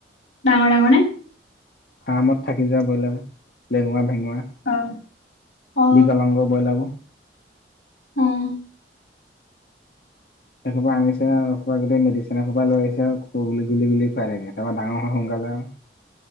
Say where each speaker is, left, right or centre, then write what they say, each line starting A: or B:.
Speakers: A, on the left; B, on the left.
A: ডাঙৰ ডাঙৰ নে।
B: ফাৰ্মত থাকি যোৱা ব্ৰইলাৰ লেঙুৰা-ভেঙুৰা।
A: অ অ
B: বিকলাংগ ব্ৰইলাৰবোৰ।
A: উম উ উ।
B: সেইসোপা আনিছে আৰু সোপা গোটেই মেডিচিন এসোপা লৈ আহিছে গ গুলি গুলি গুলি খাই থাকে তাৰপৰা ডাঙৰ হয় সোনকালে আৰু